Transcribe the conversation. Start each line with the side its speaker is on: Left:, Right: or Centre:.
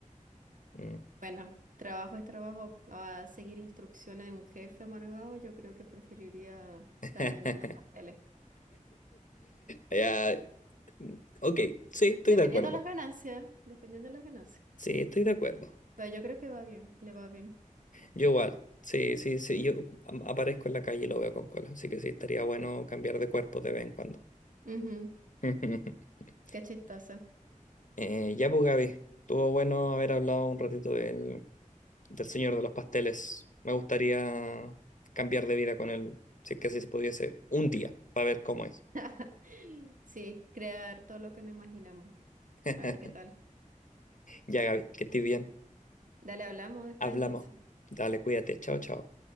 Left: Mm.
Right: Bueno, trabajo es trabajo. A seguir instrucciones de un jefe amargado, yo creo que preferiría
Left: <laughs>
Right: estar vendiendo pasteles.
Left: Ya, Ok, sí, estoy
Right: Dependiendo
Left: de acuerdo.
Right: de las ganancias, dependiendo de las ganancias.
Left: Sí, estoy de acuerdo.
Right: Pero yo creo que va bien, le va bien.
Left: Yo igual. Sí, sí, sí. Yo am- aparezco en la calle y lo veo con cola. Así que sí, estaría bueno cambiar de cuerpo de vez en cuando.
Right: Ujú,
Left: <laughs>
Right: Qué chistoso.
Left: Eh, ya, pues Gaby, estuvo bueno haber hablado un ratito del, del señor de los pasteles. Me gustaría cambiar de vida con él, si es que así se pudiese, un día, para ver cómo es.
Right: <laughs> Sí, crear todo lo que no imaginamos.
Left: <laughs>
Right: A ver qué tal.
Left: Ya, Gaby, que estés bien.
Right: Dale, hablamos después
Left: Hablamos.
Right: entonces.
Left: Dale, cuídate. Chao, chao.